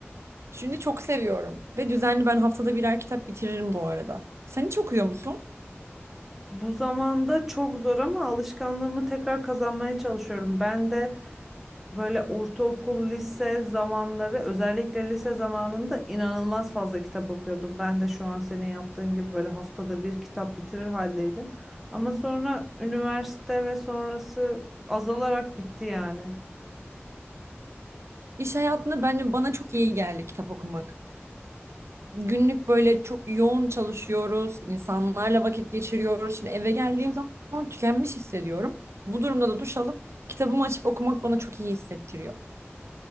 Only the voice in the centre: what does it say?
Bu zamanda çok zor ama alışkanlığımı tekrar kazanmaya çalışıyorum. Ben de Böyle ortaokul, lise zamanları özellikle lise zamanında inanılmaz fazla kitap okuyordum. Ben de şu an senin yaptığın gibi böyle haftada bir kitap bitirir haldeydim. Ama sonra üniversite ve sonrası azalarak bitti yani.